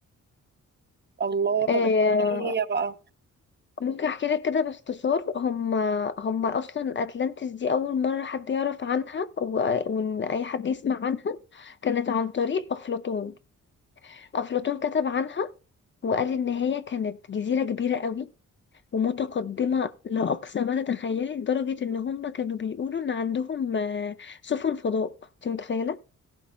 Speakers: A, on the right; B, on the left.
A: الله طب
B: آه،
A: ايه هي بقى
B: ممكن احكي لك كده باختصار هم هم اصلا اتلانتس دي اول مره حد يعرف عنها و- وان اي حد يسمع عنها كانت عن طريق افلاطون افلاطون كتب عنها وقال ان هي كانت جزيره كبيره قوي ومتقدمه لاقصى ما تتخيلي لدرجه ان هم كانوا بيقولوا ان عندهم آه، سفن فضاء انت متخيله